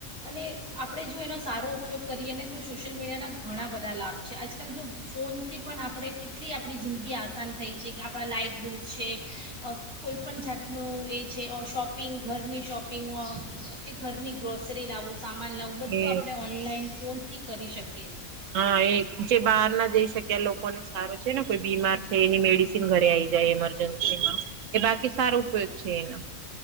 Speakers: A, on the right (about 20°); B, on the right (about 75°).
A: અને આપણે જો એનો સારો ઉપયોગ કરીએ ને તો સોશિયલ મીડિયાના ઘણા બધા લાભ છે આજકાલ જો ફોન થી પણ આપણે કેટલી આપણી જિંદગી આસાન થઈ છે કે આપણા લાઇટ બિલ છે કોઈપણ જાતનું એ છે શોપ પિંગ ઘરની શોપિંગમાં કે ઘરની ગ્રોસરી લાવું સામાન લાવું, બધું
B: એ
A: આપણે ઓનલાઈન ફોન થી કરી શક
B: હા એ જે બહાર ના જઈ શકે લોક લોકોને સારું છે ને કોઈ બીમાર છે એની મેડિસીન ઘરે આઈ જાય ઈમરજન્સીમાં, એ બાકી સારું કોઈક છે એના.